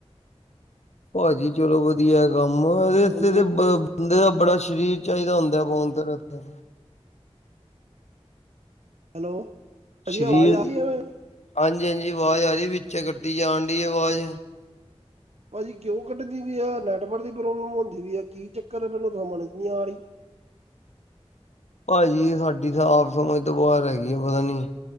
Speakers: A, on the left; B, on the right.
A: ਭਾਜੀ ਚਲੋ ਵਧੀਆ ਕੰਮ, ਏਥੇ
B: ਹਾਂਜੀ
A: ਤੇ ਬ ਬੰਦੇ ਦਾ ਬੜਾ ਸਰੀਰ ਚਾਈਦਾ ਹੁੰਦਾ ਬਾਓਂਸਰ ਆਸਤੇ
B: ਹੈਲੋ। ਭਾਜੀ
A: ਸਰੀਰ,
B: ਆਵਾਜ਼ ਆ ਰਹੀ ਹੈ ਮੇਰੀ
A: ਹਾਂਜੀ ਹਾਂਜੀ ਆਵਾਜ਼ ਆ ਰੀ ਵਿੱਚੇ ਕੱਟੀ ਜਾਣ ਡੀ ਆਵਾਜ਼।
B: ਭਾਜੀ ਕਿਉਂ ਕੱਢਦੀ ਵੀ ਐ, ਨੈਟਵਰਕ ਦੀ ਪ੍ਰੋਬਲਮ ਹੁੰਦੀ ਵੀ ਐ, ਕੀ ਚੱਕਰ ਮੈਨੂੰ ਸਮਝ ਨੀਂ ਆ ਰੀ।
A: ਭਾਜੀ ਸਾਡੀ ਤਾਂ ਆਪ ਸਮਝ ਤੋਂ ਬਾਰ ਹੈਗੀ ਆ ਪਤਾ ਨੀਂ